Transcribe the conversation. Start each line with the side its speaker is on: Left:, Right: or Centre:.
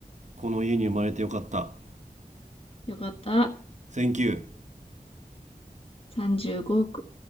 Right: この家に生まれてよかった
Left: よかった。
Right: センキュー
Left: 35億